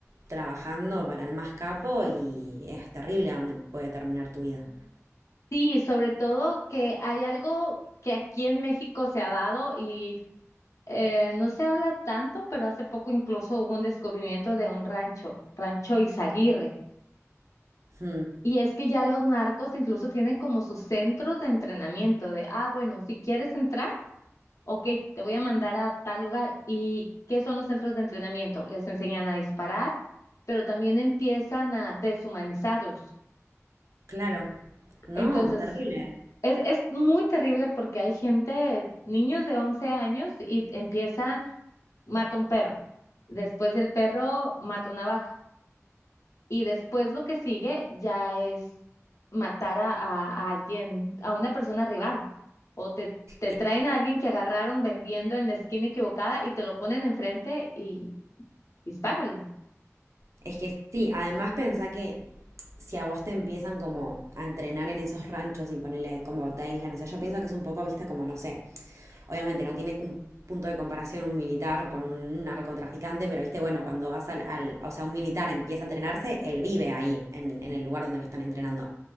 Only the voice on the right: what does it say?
trabajando para el más capo y es terrible a dónde puede terminar tu vida.
Mm,
claro. No,
terrible.
E-
Es que sí, además pensá que si a vos te empiezan como a entrenar en esos ranchos y ponerle ahí como te aíslan, o sea, yo pienso que es un poco, viste, como no sé, obviamente no tiene un punto de comparación un militar con un narcotraficante, pero viste, bueno, cuando vas al, al- o sea, un militar empieza a entrenarse, él vive ahí, en, en el lugar donde lo están entrenando.